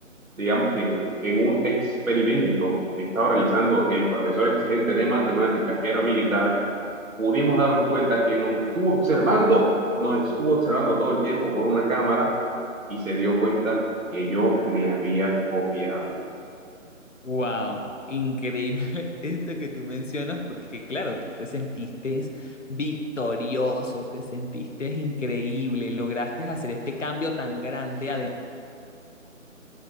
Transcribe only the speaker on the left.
Wow, increíble <laughs> esto que tú mencionas porque claro, tú te sentiste victorioso, te sentiste increíble, lograste hacer este cambio tan grande, además,